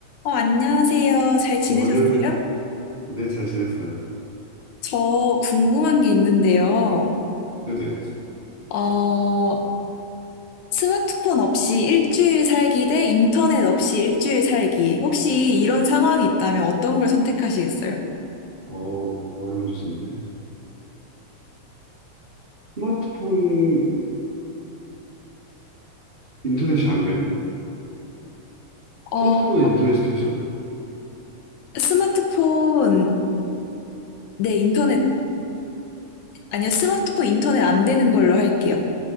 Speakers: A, on the left; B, on the right.
A: 어, 안녕하세요. 잘 지내셨어요?
B: 어, 안녕하세요. 어, 네, 잘 지냈어요.
A: 저 궁금한 게 있는데요.
B: 네네.
A: 어, 스마트폰 없이 일주일 살기 대 인터넷 없이 일주일 살기. 혹시 이런 상황이 있다면 어떤 걸 선택하시겠어요?
B: 어, 어려운 주제인데. 스마트폰이 인터넷이 안 돼요?
A: 어,
B: 스마트폰은 인터넷이 되죠?
A: 스마트폰, 네, 인터넷, 아니요, 스마트폰 인터넷 안 되는 걸로 할게요.